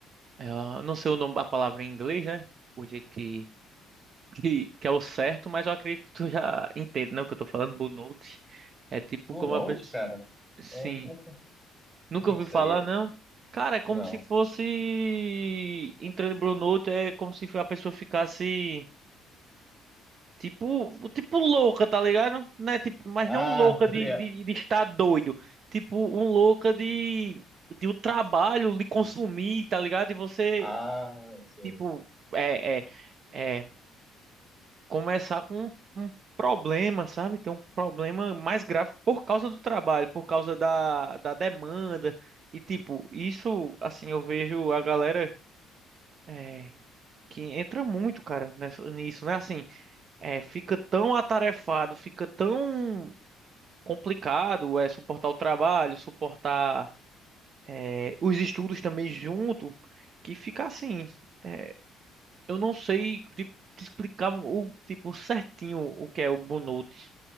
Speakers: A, on the right; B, in the centre.
A: É, eu não sei o nome, a palavra em inglês, né? O jeito que, que, que é o certo, mas eu acredito que tu já entende, né? O que eu tô falando, Bonucci. É tipo
B: Blue
A: como
B: Note,
A: a pessoa.
B: cara?
A: Sim.
B: Eu nunca-
A: Nunca
B: O que
A: ouvi
B: que seria?
A: falar, não. Cara, é como
B: Não.
A: se fosse. Entrando em Bonucci, é como se a pessoa ficasse. Tipo, tipo louca, tá ligado? Né? Tipo, mas
B: Ah,
A: não louca
B: <laughs> tá
A: de,
B: ligado.
A: de, de estar doido. Tipo, um louca de, de o trabalho lhe consumir, tá ligado? E você,
B: Ah, sim.
A: tipo, é, é, é, começar com um, um problema, sabe? Ter um problema mais grave por causa do trabalho, por causa da, da demanda. E, tipo, isso, assim, eu vejo a galera é, que entra muito, cara, nessa, nisso, né? Assim, é, fica tão atarefado, fica tão complicado, é, suportar o trabalho, suportar é, os estudos também junto, que fica assim. é, eu não sei, tipo, te explicar o tipo certinho o que é o burnout.